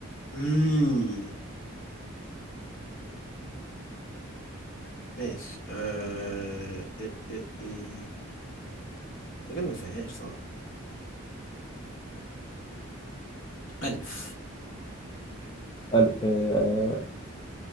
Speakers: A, on the left (about 60°); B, on the left (about 20°).
A: مم. ماشي أه... أه... أه... أه. اعتقد ما فيهاش صح ألف
B: ال- آه، آه،